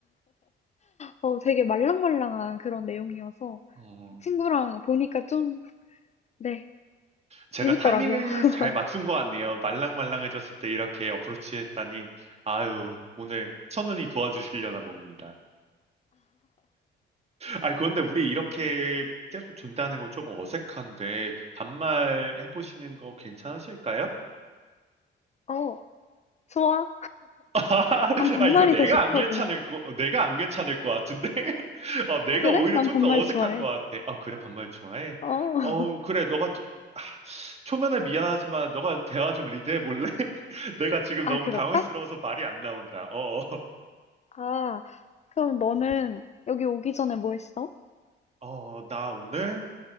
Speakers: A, on the left; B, on the right.
A: 어, 되게 말랑말랑한 그런 내용이어서
B: 어.
A: 그 친구랑 보니까 좀, 네,
B: 제가
A: 재밌더라고요.
B: 타이밍을
A: <laughs>
B: 잘 맞춘 것 같네요. 말랑말랑해졌을 때 이렇게 어프로치 했다니. 아유, 오늘 천운이 도와주시려나 봅니다. 아니, 그런데 우리 이렇게 계속 준다는 거 조금 어색한데, 반말 해보시는 거 괜찮으실까요?
A: 어, 좋아.
B: <laughs>
A: 난 반말이
B: 아, 이거 내가
A: 더 좋거든.
B: 안 괜찮을 거, 어, 내가 안 괜찮을 것 같은데? <laughs> 어, 내가
A: 그래?
B: 오히려
A: 난
B: 좀
A: 반말
B: 더 어색한
A: 좋아해.
B: 것 같아. 아, 그래, 반말 좋아해?
A: 어,
B: 어,
A: <laughs>
B: 그래, 너가 좀, 아, 초면에 미안하지만, 너가 대화 좀 리드해 볼래? 내가 지금
A: 아,
B: 너무
A: 그럴까?
B: 당황스러워서 말이 안 나온다. 어,
A: 아, 그럼 너는 여기 오기 전에 뭐 했어?
B: 어, 어, 나 오늘